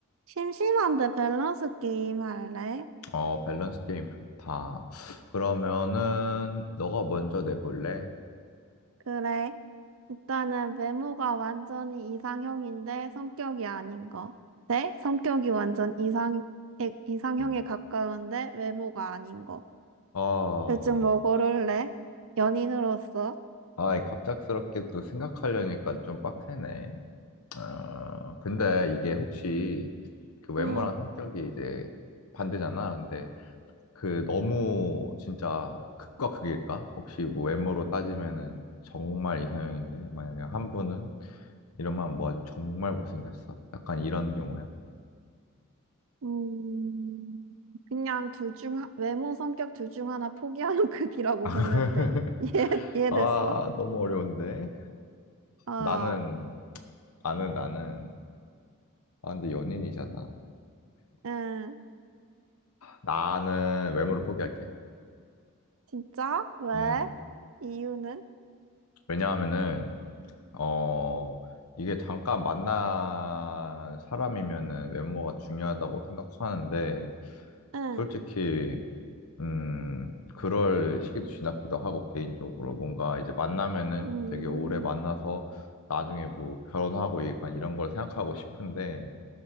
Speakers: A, on the right; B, on the left.
A: 심심한데 밸런스 게임 할래?
B: 어, 밸런스 게임 좋다. 그러면은, 너가 먼저 내볼래?
A: 그래. 일단은 외모가 완전히 이상형인데 성격이 아닌 거. 네? 성격이 완전 이상, 에- 이상형에
B: 음.
A: 가까운데 외모가 아닌 거.
B: 아,
A: 둘중 뭐 고를래? 연인으로서?
B: 아, 갑작스럽게 또 생각하려니까 좀 빡세네. 어, 근데 이게 혹시 그 외모랑
A: 음,
B: 성격이 이제 반대잖아. 근데 그 너무 진짜 극과 극일까? 혹시 뭐 외모로 따지면은 정말 이상형인데, 만약에 한 분은 이런만 모아주면 정말 못생겼어. 약간 이런 경우야.
A: 음, 그냥 둘 중, 하- 외모, 성격 둘 중 하나 포기하는 <laughs> 급이라고
B: <laughs>
A: 보면 돼. 이해, 이해됐어?
B: 아, 너무 어려운데.
A: 어,
B: 나는, 나는, 나는, 아, 근데 연인이잖아.
A: 응.
B: 나는 외모를 포기할게.
A: 진짜? 왜?
B: 음.
A: 이유는?
B: 왜냐하면은, 어, 이게 잠깐 만난 사람이면은 외모가 중요하다고 생각하는데,
A: 응.
B: 솔직히, 음, 그럴 시기도 지났기도 하고, 개인적으로. 뭔가 이제 만나면은
A: 음,
B: 되게 오래 만나서 나중에 뭐 결혼하고 약간 이런 걸 생각하고 싶은데,